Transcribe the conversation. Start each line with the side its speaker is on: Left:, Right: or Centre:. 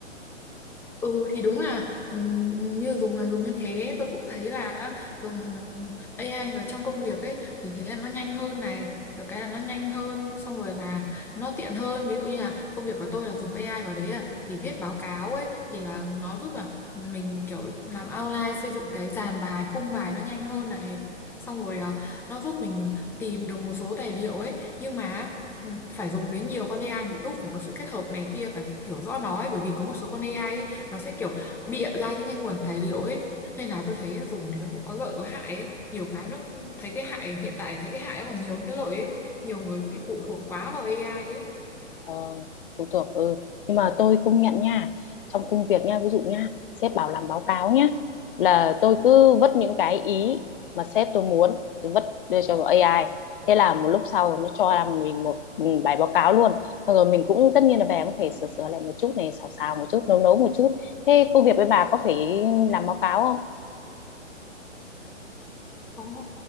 Centre: Ừ thì đúng là ừm, như dùng này dùng như thế tôi cũng thấy là dùng AI vào trong công việc ấy thì thế là nó nhanh hơn này được cái là nó nhanh hơn xong rồi là nó tiện hơn ví dụ như là công việc của tôi là dùng AI vào đấy à thì viết báo cáo ấy thì là nó giúp là mình kiểu làm outline xây dựng cái dàn bài khung bài nó nhanh hơn này xong rồi à, nó giúp mình tìm được một số tài liệu ấy nhưng mà ừ, phải dùng đến nhiều con AI một lúc phải có sự kết hợp này kia phải hiểu rõ nó ấy bởi vì có một số con AI ấy nó sẽ kiểu bịa ra những cái nguồn tài liệu ấy nên là tôi thấy dùng thì nó cũng có lợi có hại ấy. nhiều cái nó thấy cái hại hiện tại thấy cái hại còn nhiều hơn cái lợi ấy nhiều người bị phụ thuộc quá vào AI
Left: Ờ, phụ thuộc ừ. Nhưng mà tôi công nhận nha trong công việc nha ví dụ nha sếp bảo làm báo cáo nhá là tôi cứ vất những cái ý mà sếp tôi muốn tôi vất đưa cho AI thế là một lúc sau nó cho làm mình một ừ, bài báo cáo luôn xong rồi mình cũng tất nhiên là về cũng phải sửa sửa lại một chút này xào xào một chút nấu nấu một chút thế công việc với bà có phải làm báo cáo không
Centre: ấy